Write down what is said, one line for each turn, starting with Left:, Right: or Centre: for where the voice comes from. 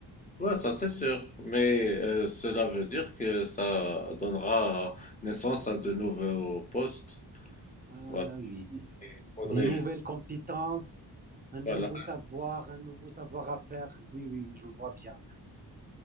Left: Ouais, ça c'est sûr, mais euh, cela veut dire que ça donnera naissance à de nouveaux postes.
Right: Ah
Left: Voilà,
Right: oui,
Left: il faudrait
Right: des nouvelles
Left: ju-
Right: compétences, un nouveau
Left: voilà.
Right: savoir, un nouveau savoir à faire. Oui, oui, je vois bien.